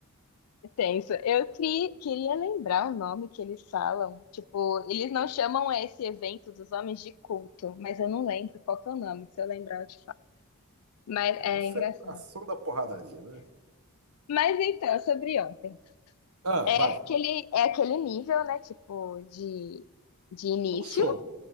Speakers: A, on the left; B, on the right.
A: É tenso. Eu cri- queria lembrar o nome que eles falam. Tipo, eles não chamam esse evento dos homens de culto, mas eu não lembro qual que é o nome. Se eu lembrar, eu te falo. Mas
B: É
A: é
B: uma celebração
A: engraçado.
B: da porradaria, né?
A: Mas então, sobre ontem.
B: Ah,
A: É
B: vai.
A: aquele, é aquele nível, né? Tipo, de, de início.
B: É um show.